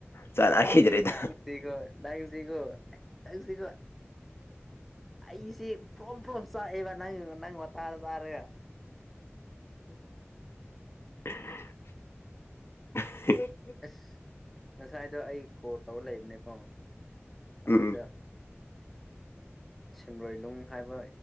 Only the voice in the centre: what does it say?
ꯅꯪꯁꯤꯒꯣ ꯅꯪꯁꯤꯒꯣ ꯅꯪꯁꯤꯒꯣ ꯑꯩꯁꯦ ꯄ꯭ꯔꯣꯝ ꯄ꯭ꯔꯣꯝ ꯆꯥꯛꯑꯦꯕ ꯅꯪ ꯅꯪ ꯋꯥ ꯇꯥꯗꯣ ꯇꯥꯔꯒ
ꯑꯁ ꯉ ꯉꯁꯥꯏꯗꯣ ꯑꯩ ꯀꯣꯜ ꯇꯧꯔ ꯂꯩꯕꯅꯦꯀꯣ ꯑꯗꯨꯗ
ꯁꯤꯃꯔꯣꯏꯂꯨꯡ ꯍꯥꯏꯕ